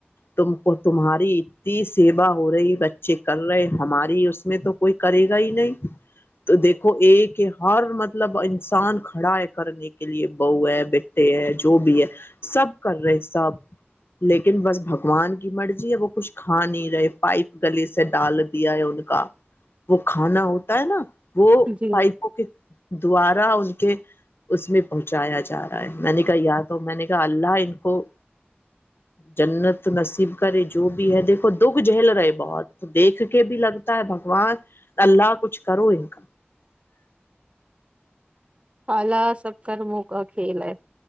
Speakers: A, on the left (about 65°); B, on the right (about 30°).
A: تم کو تمہاری اتنی سیوا ہو رہی بچے کر رہے ہماری اس میں تو کوئی کرے گا ہی نہیں تو دیکھ کو ایک ہر مطلب انسان کھڑا ہے کرنے کے لیے بہ ہے بیٹے ہے جو بھی ہے سب کر رہے سب لیکن بس بھگوان کی مرضی ہے وہ کچھ کھا نہیں رہے پائپ گلے سے ڈال دیا ہے ان کا وہ کھانا ہوتا ہے نا وہ پائپو
B: جی
A: کے دوار <inaudible> ان کے اس میں پہنچایا جا رہا ہے میں نے کہا یاد ہو میں نے کہا اللہ ان کو جنت نصیب کرے جو بھی ہے دیکھو دکھ جھیل رہے بہت دیکھ کے بھی لگتا ہے بگوان اللہ کچھ کرو ان کا
B: خالا سب کر موگ کھیل ہے